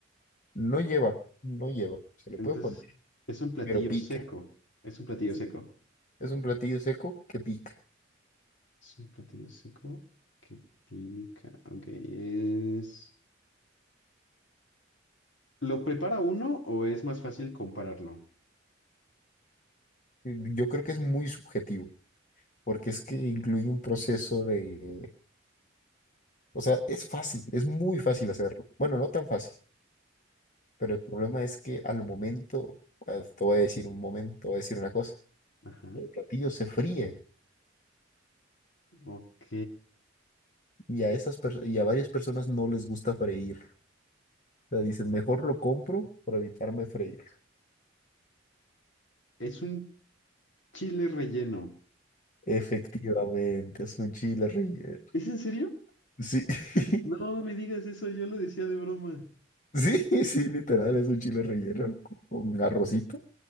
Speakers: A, on the left (about 40°); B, on the left (about 65°).
A: no lleva, no lleva. Se le
B: Entonces,
A: puede poner,
B: es un platillo
A: pero pica.
B: seco. Es un platillo
A: Sí,
B: seco.
A: Es un platillo seco que pica.
B: Es un platillo seco que pica. Ok, es... ¿Lo prepara uno o es más fácil compararlo?
A: Eh, Yo creo que es muy subjetivo, porque es que incluye un proceso de O sea, es fácil, es muy fácil hacerlo. Bueno, no tan fácil, pero el problema es que al momento, eh, te voy a decir un momento, te voy a decir una cosa,
B: Ajá.
A: el platillo se fríe
B: Ok.
A: y a esas pers- y a varias personas no les gusta freír. O sea, dicen, mejor lo compro por evitarme freír.
B: Es un chile relleno.
A: Efectivamente, es un chile relleno.
B: ¿Es en serio?
A: Sí, <laughs>
B: No me digas eso, yo lo decía de broma.
A: sí, sí, literal, es un chile relleno con con arrocito.